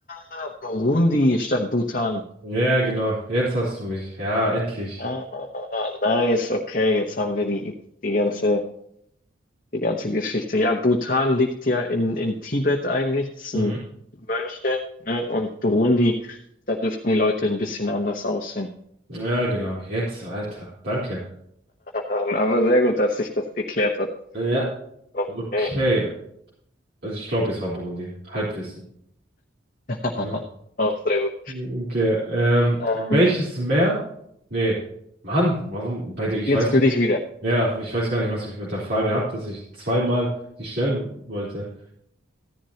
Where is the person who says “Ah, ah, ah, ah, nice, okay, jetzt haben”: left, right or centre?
Left